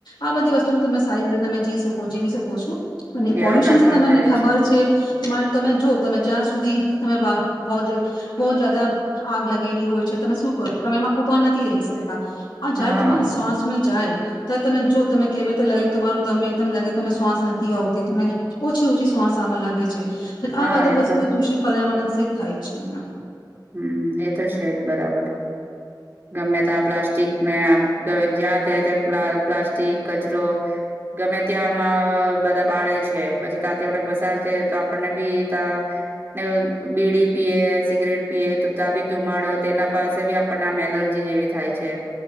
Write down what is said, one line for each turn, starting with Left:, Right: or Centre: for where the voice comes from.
Left: આ બધી વસ્તુ તમે સારી રીતે તમે જી શકો જીવી શકો છો અને
Right: ધ્યાન
Left: પોલ્યુશન
Right: રાખવા
Left: છે તમને
Right: પડે
Left: ખબર છે. તમારે તમે જો તમે જ્યાં સુધી <unintelligible> બહુ જદા આગ લાગેલી હોય છે તમે શું કરો છું? તમેમાં ઉભા નથી થી રહી શકતા આ જાય
Right: હા,
Left: તમારી શ્વાસ મેં જાય ત તમે જો તમે કેવીતે લાગે તમારું દમ એકદમ લાગે તમે શ્વાસ નથી આવતી, તમે ઓછી-ઓછી શ્વાસ આવવા લાગે છે.
Right: હા
Left: આ બધા
Right: એ
Left: વસ્તુઓ
Right: તો
Left: દુષિત પર્યાવરણ થાય છે એમના
Right: હમ એ તો જ છે જ બરાબર ગમે તો આ પ્લાસ્ટિક ને જ્યાં ત્યાં ત્યાં પ્લાસ્ટિક કચરો ગમે ત્યાંમાં બધા બાળે છે. પછી ત્યાતે આપડ પસાર થાય તો આપણને બી તંને બીડી પીએ સિગરેટ પીએ તો તાબી ધુમાડો તેના પાસે ભી આપને આમ એલર્જી જેવી થાય છે,